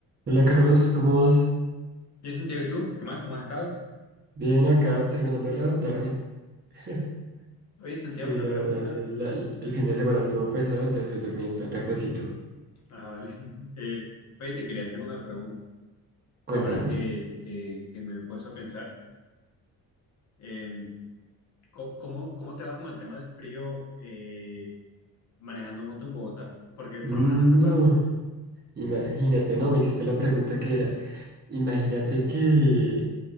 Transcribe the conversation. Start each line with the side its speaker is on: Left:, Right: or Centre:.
Right: Hola Carlos, ¿cómo vas?
Left: Bien, Santiago, ¿y tú? ¿Qué más? ¿Cómo has estado?
Right: Bien acá, terminando de levantarme. <laughs>
Left: Oye, Santiago,
Right: Sí,
Left: una
Right: la
Left: pregunta.
Right: verdad, eh, la- el fin de semana estuvo pesado, entonces hoy dormí hasta tardecito.
Left: Ah, vale. <laughs> Eh, oye, te quería hacer una pregunta.
Right: Cuéntame.
Left: Ahora que, que, que me he puesto a pensar, eh, co- ¿cómo, cómo te va con el tema del frío eh, manejando moto en Bogotá? Porque
Right: Mm,
Left: por lo menos acá en Bar-
Right: No, imagínate, no, me hiciste la pregunta que era. Imagínate que